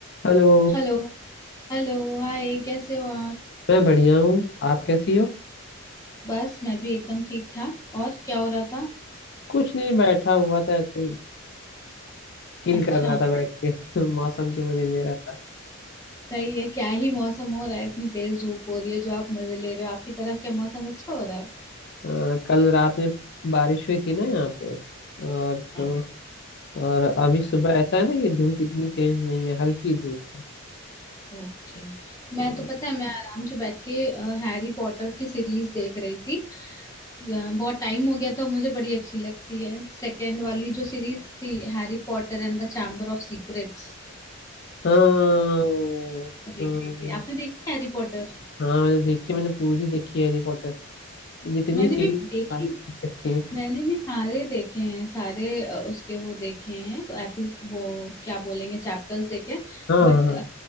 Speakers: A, on the left; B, on the left.
A: Hello
B: Hello Hello Hi कैसे हो आप
A: मैं बढ़िया हूँ आप कैसी हो
B: बस मैं भी एकदम ठीक ठाक और क्या हो रहा था
A: कुछ नहीं बैठा हुआ था ऐसे ही चिल
B: अच्छा
A: कर रहा था बैठ के <laughs> मौसम के मजे ले रहा था
B: सही है क्या ही मौसम हो रहा है इतनी तेज धूप हो रही है जो आप मजे ले रहे हो आपकी तरफ क्या मौसम अच्छा हो रहा है
A: अ, कल रात में बारिश हुई थी ना यहाँ पे और
B: हाँ,
A: तो और अभी सुबह ऐसा है ना कि धूप इतनी तेज नहीं है हल्की धूप है
B: ओके मैं
A: अ,
B: तो पता है मैं आराम से बैठ के अ, हैरी पॉटर की सीरीज देख रही थी अ, बहुत टाइम हो गया तो मुझे बड़ी अच्छी लगती है सेकेंड वाली जो सीरीज थी Harry Potter and the Chamber of Secrets
A: हाँ
B: देख
A: हाँ
B: रही थी आपने देखी हैरी पॉटर
A: हाँ मैंने देखी मैंने पूरी देखी है हैरी पॉटर जितनी
B: मैंने
A: सीरीज
B: भी देखी
A: सारी देख रखी है
B: मैंने भी सारे देखे हैं सारे अ, उसके वो देखे हैं एपि वो क्या बोलेंगे चैप्टर्स देखे
A: हाँ
B: बट
A: हाँ हाँ।